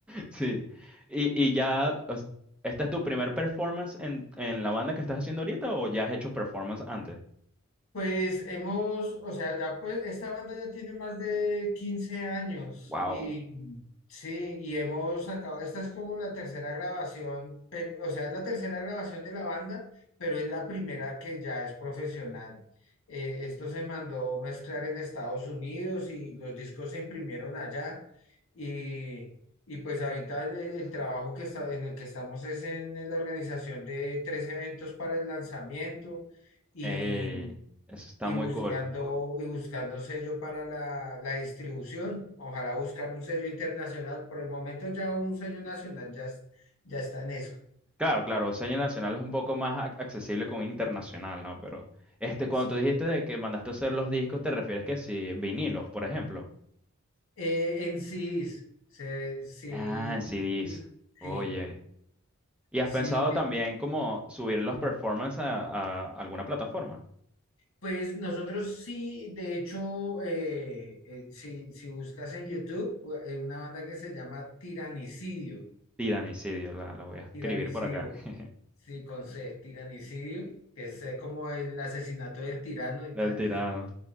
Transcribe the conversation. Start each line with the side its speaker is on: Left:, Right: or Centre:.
Centre: sí. Y, y ya, os- ¿esta es tu primer performance en, en la banda que estás haciendo ahorita o ya has hecho performance antes?
Left: Pues hemos, o sea, ya pues esta banda ya tiene más de quince años
Centre: Wow.
Left: y sí, y hemos sacado, esta es como la tercera grabación, pero, o sea, es la tercera grabación de la banda, pero es la primera que ya es profesional. Eh, esto se mandó mezclar en Estados Unidos y los discos se imprimieron allá y, y pues ahorita el, el trabajo que está, en el que estamos es en la organización de tres eventos para el lanzamiento. Y
Centre: Ey, eso está
Left: y
Centre: muy
Left: buscando,
Centre: cool.
Left: y buscando sello para la, la distribución. Ojalá buscar un sello internacional. Por el momento ya un sello nacional ya, es- ya está en eso.
Centre: Claro, claro, Seña Nacional es un poco más ac- accesible con internacional, ¿no? Pero este, cuando
Left: Sí.
Centre: tú dijiste de que mandaste a hacer los discos, ¿te refieres que sí, vinilos, por ejemplo?
Left: Eh, en CDs, se- sí,
Centre: Ah, en CDs.
Left: sí,
Centre: Oye.
Left: sí,
Centre: ¿Y has
Left: sí,
Centre: pensado
Left: eh,
Centre: también como subir los performances a a alguna plataforma?
Left: Pues nosotros sí, de hecho, eh, eh, si, si buscas en YouTube, u- eh, una banda que se llama Tiranicidio,
Centre: Tiranicidio, la, la voy a escribir
Left: Tiranicidio,
Centre: por acá. <laughs>
Left: sí, con C, Tiranicidio, que es eh, como el asesinato del tirano y
Centre: Del
Left: tal.
Centre: tirano.